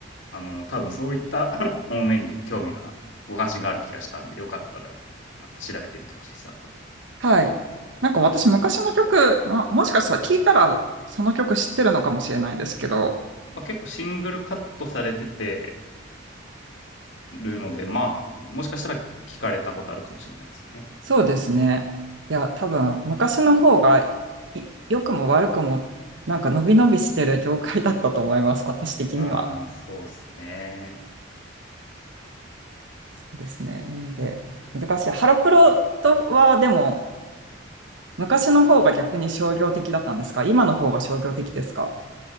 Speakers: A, on the left; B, on the right.
A: あのー多分そういった <coughs> <laughs> 方面に興味が、ご関心がある気がしたんで、よかったら、なんか調べてみてほしいです、後で。
B: はい。なんか私昔の曲、あもしかしたら聞いたらその曲知ってるのかもしれないですけど、
A: まあ、結構シングルカットされててるので、まあ、もしかしたら聞かれたことあるかもしれないですね。
B: そうですね。いや、多分昔の方がい良くも悪くもなんか伸び伸びしてる業界だったと思います、私的には。
A: ああそうですね。
B: そうですね。なんで、難しい。ハロプロとはでも昔の方が逆に商業的だったんですか今の方が商業的ですか